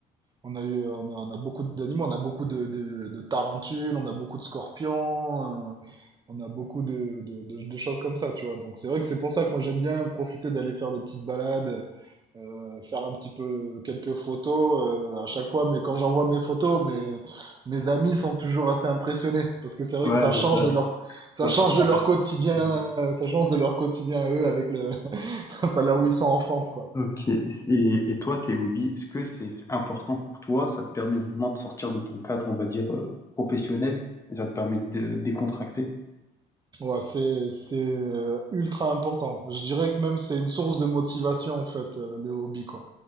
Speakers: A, on the right (about 25°); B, on the left (about 20°).
A: On a eu, euh, on a, on a beaucoup d'animaux, on a beaucoup de, de, de tarentules, on a beaucoup de scorpions, euh, on a beaucoup de, de, de, de choses comme ça, tu vois. Donc, c'est vrai que c'est pour ça que moi, j'aime bien profiter d'aller faire des petites balades euh, faire un petit peu quelques photos euh, à chaque fois, mais quand j'envoie mes photos, mes, mes amis sont toujours assez impressionnés parce que c'est vrai
B: Ouais,
A: que ça
B: c'est
A: change
B: ça,
A: de
B: ça,
A: leur ça
B: ça
A: change
B: peut paraître.
A: de leur quotidien,
B: impressionnant.
A: euh, ça change de leur quotidien à eux avec le <laughs> enfin là où ils sont en France quoi.
B: Ok. Et, et toi, tes hobbies, est-ce que c'est c'est important pour toi? Ça te permet vraiment de sortir de ton cadre, on va dire, euh, professionnel, et ça te permet de décontracter?
A: Ouais, c'est c'est euh, ultra important. Je dirais que même c'est une source de motivation en fait euh, le hobby quoi.